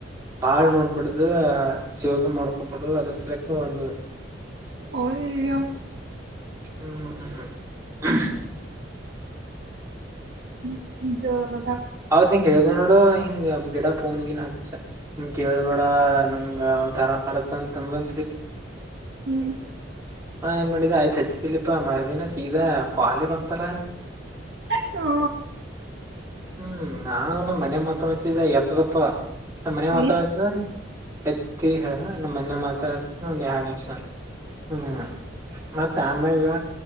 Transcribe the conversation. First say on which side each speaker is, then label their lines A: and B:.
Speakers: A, on the right; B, on the right.
A: ಬಾಳ್ ನೋಡ್ಬಿಡ್ದ ಸೇವ ಮಾಡ್ಕೊಬಿಡು ಅದ್ರಸಲಕ್ಕೆ ಒಂದ
B: ಹೊಯ್ ಯೋ
A: ಹ್ಮ
B: ಹು ಜೋರು
A: ಅವತ್ ನಿಂಗ್ ಹೇಳಿದೆ ನೋಡ ಹಿಂಗ ಗಿಡ ಪೋನ್ಗಿನ್ ಹಚ್ಚ ಹಂಗ ಕೇಳ್ಬೇಡ ನಂಗ ಒಂತರ ಅಗತೆ ಅಂತ ನ
B: ಹ್ಮ್
A: ಏನ್ ಮಾಡಿದೆ ಆಯ್ತ ಚಚ್ಚ ತಿಲಪ್ಪಾ ಮರದಿನ ಸೀದಾ ಕ್ವಾಲಿ ಬಂತಾಲ
B: ಹೂ
A: ಹ್ಮ್ ನಾವ ಮನೆ ಮಾತಾಡ್ತಿದ್ದ ಎತ್ತದಪ್ಪ ನಮ್ ಮನೆ ಮಾತಾಡತ
B: ನೀ
A: ನೋಡ್ ಎತ್ತಿ ನಮ್ಮ್ ಮೊನೆ ಮಾತಾಡತಿ ಒಂದ ಎರಡ್ ನಿಮಿಷ ಹ್ಮ್ ಮತ್ತೆ ಆಮ್ಯಾಗ